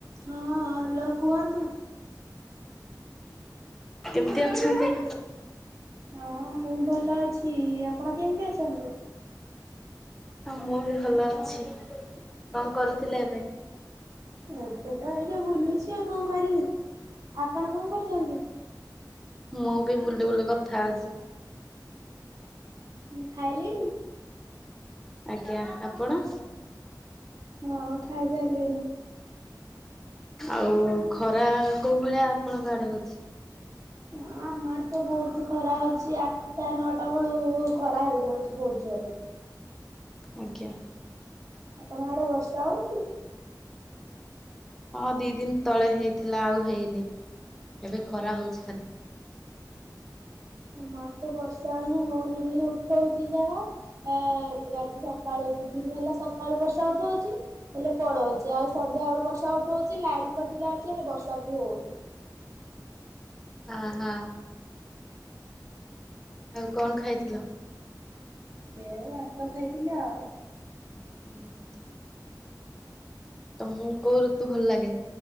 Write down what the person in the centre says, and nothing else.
କେମିତି ଅଛନ୍ତି?
ହଁ ମୁଁ ବି ଭଲ ଅଛି କଣ କରୁଥିଲି ଏବେ?
ମୁଁ ବି ବୁଲି ବୁଲି କଥା ହଉଚି।
ଆଜ୍ଞା ଆପଣ?
ଆଉ ଖରା କୋଉ ଭଳିଆ ଆପଣଙ୍କ ଆଡେ ହଉଛି।
ଆଜ୍ଞା।
ହଁ ଦି ଦିନ ତଳେ ହେଇଥିଲା ଆଉ ହେଇନି ଏବେ ଖରା ହଉଛି ଖାଲି।
ହ ହଁ। ଆଉ କଣ ଖାଇଥିଲ?
ହୁଁ ହୁଁ। ତମୁ କୋଉ ଋତୁ ଭଲ ଲାଗେ